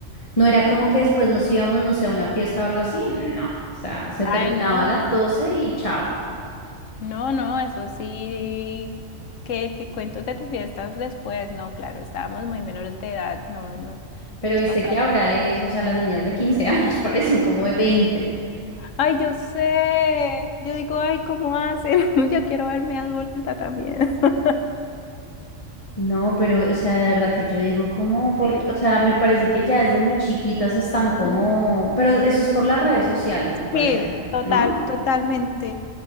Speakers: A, on the left; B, on the left.
A: no era como que después nos íbamos, no sé, a una fiesta o algo así. No, o sea, se
B: Ay,
A: terminaba
B: no,
A: a las 12 y chao.
B: no, no, eso sí, que, que cuentos de tus fiestas después, no, claro, estábamos muy menores de edad, no, no,
A: Pero
B: tus
A: viste
B: papás.
A: que ahora es, o sea, las niñas de 15 años <laughs> parecen como de veinte
B: Ay, yo sé. Yo digo, ay, ¿cómo hacen? <laughs> Yo quiero verme adulta también. <laughs>
A: No, pero, o sea, de verdad que yo digo, ¿cómo? Porque,
B: Sí.
A: o sea, me parece que ya desde muy chiquitas están
B: Ujú.
A: como, pero eso es por las redes sociales, me parece
B: Sí,
A: a mí,
B: total,
A: ¿no?
B: totalmente.